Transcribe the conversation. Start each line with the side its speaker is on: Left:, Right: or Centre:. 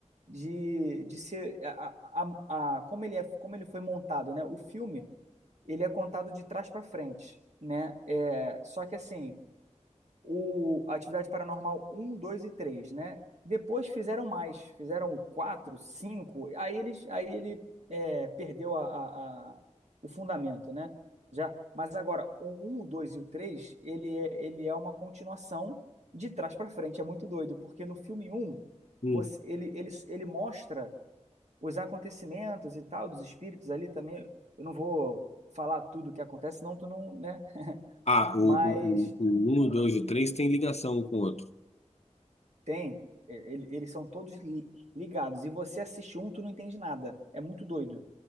Right: de, de ser a, a, a- como ele é, como ele foi montado, né? O filme ele é contado de trás para frente, né? É, só que assim, o Atividade Paranormal um 2 e três né? Depois fizeram mais, fizeram quatro, cinco, aí eles, aí ele é, perdeu a, a- a- o fundamento, né? Já, mas agora o 1, o 2 e o 3, ele é, ele é uma continuação de trás para frente, é muito doido, porque no filme um
Left: Hum.
Right: você, ele, ele, ele mostra os acontecimentos e tal, dos espíritos ali também. Eu não vou falar tudo o que acontece, senão tu não, né?
Left: Ah, o, o,
Right: Mas
Left: o, o 1, o 2 e o 3 tem ligação um com o outro.
Right: tem. e- ele- Eles são todos li- ligados. E você assiste um, tu não entende nada. É muito doido.